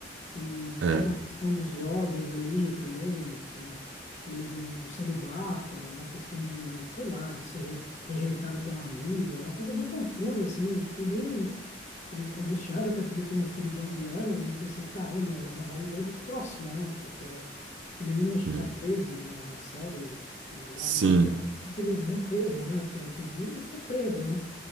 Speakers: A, on the left; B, on the right.
A: E
B: É.
A: tinha uma questão dos jovens ali também, que eles não celibato, uma questão de, sei lá, de ser re- rejeitado pela amiga, uma coisa bem confusa, assim. Eu fiquei bem em- angustiado, até porque eu tenho um filho de 11 anos, e eu pensei, caramba, é uma realidade próxima, né? Porque o menino acho que
B: é.
A: tinha 13 na, na série, e lá
B: Sim.
A: na Inglaterra, parece que eles vão preso, né? Pelo que eu vi, ele ficou preso, né?